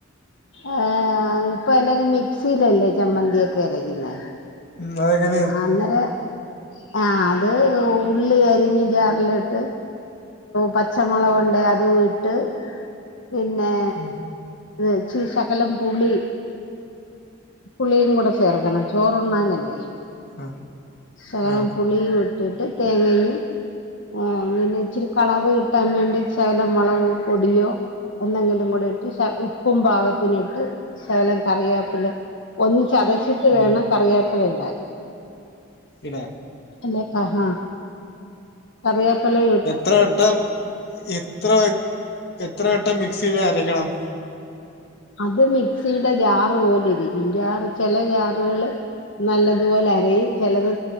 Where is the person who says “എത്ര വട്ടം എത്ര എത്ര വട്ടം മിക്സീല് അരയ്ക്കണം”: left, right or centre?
Left